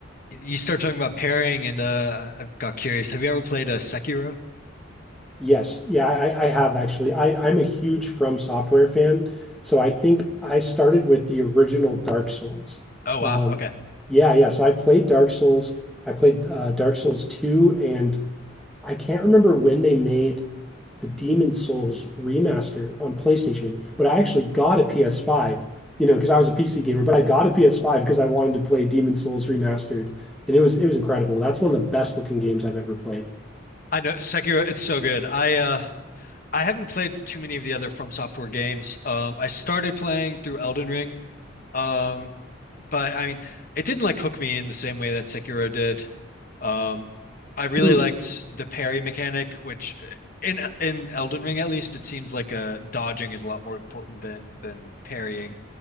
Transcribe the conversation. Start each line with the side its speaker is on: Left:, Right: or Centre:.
Left: you start talking about pairing, and uh, I got curious. Have you ever played a Sekiro?
Centre: Yes. Yeah, I, I have actually. I, I'm a huge From Software fan. So I think I started with the original Dark Souls.
Left: Oh wow,
Centre: Um,
Left: okay.
Centre: yeah, yeah. So I played Dark Souls. I played uh, Dark Souls 2 and I can't remember when they made the Demon Souls remaster on PlayStation, but I actually got a PS5, you know, because I was a PC gamer, but I got a PS5 because I wanted to play Demon Souls remastered, and it was it was incredible. That's one of the best looking games I've ever played.
Left: I know Sekiro. It's so good. I uh, I haven't played too many of the other From Software games. Um, I started playing through Elden Ring. Um, but I mean, it didn't like hook me in the same way that Sekiro did. Um, I really
Centre: Hmm.
Left: liked the parry mechanic, which in in Elden Ring at least, it seems like uh, dodging is a lot more important than than parrying.